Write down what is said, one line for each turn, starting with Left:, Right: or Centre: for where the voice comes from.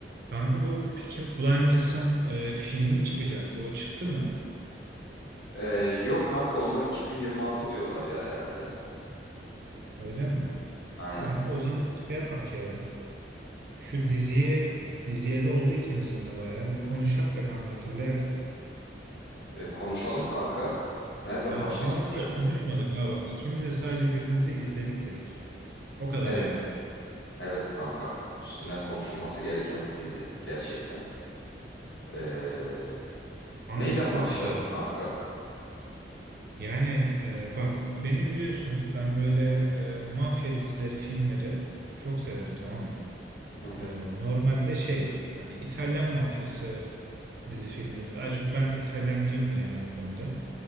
Right: Kanka bu Peaky Blinders'ın e, filmi çıkacaktı. O çıktı mı?
Left: Ee, yok kanka onu 2026 diyorlar ya herhalde.
Right: Öyle mi?
Left: Aynen.
Right: Kanka o zaman şey yapak ya. Şu diziyi izleyeli oldu ikimizin de bayağı. Bir konuşak da kanka hatırlayak.
Left: Ee, konuşalım kanka. Nereden
Right: Evet,
Left: başlamak
Right: biz bir
Left: istersin?
Right: de hiç konuşmadık ha bak. İkimiz de sadece birbirimizi izledik dedik. O kadar
Left: Evet.
Right: yani.
Left: Evet kanka. Üstüne konuşulması gereken bir dizi gerçekten. Ee,
Right: Kanka
Left: neyden
Right: çok
Left: başlayalım
Right: güzeldi.
Left: kanka?
Right: Yani e, bak beni biliyorsun. Ben böyle e, mafya dizileri, filmleri çok severim tamam mı?
Left: Hı hı.
Right: Ee, normalde şey hani İtalyan mafyası dizi filmi. Daha çok ben İtalyancıyımdır yani o konuda.